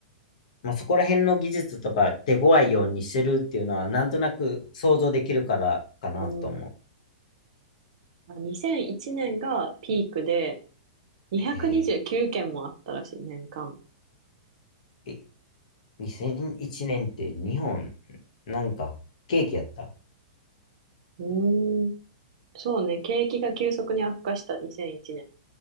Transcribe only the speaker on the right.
うん。あ2001年がピークで、229件もあったらしい、
年間。
うーん、そうね、景気が急速に悪化した2001年。